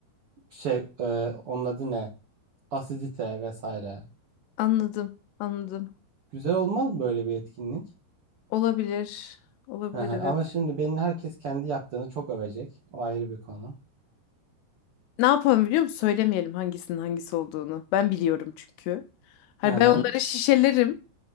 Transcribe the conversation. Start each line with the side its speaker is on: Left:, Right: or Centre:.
Right: şey, e, onun adı ne? Asidite vesaire.
Left: Anladım, anladım.
Right: Güzel olmaz mı böyle bir etkinlik?
Left: Olabilir. Olabilir
Right: Hı hı.
Left: evet.
Right: Ama şimdi benim herkes kendi yaptığını çok övecek. O ayrı bir konu.
Left: Ne yapalım biliyor musun? Söylemeyelim hangisinin hangisi olduğunu. Ben biliyorum çünkü. Hani
Right: Hı hı.
Left: ben onları şişelerim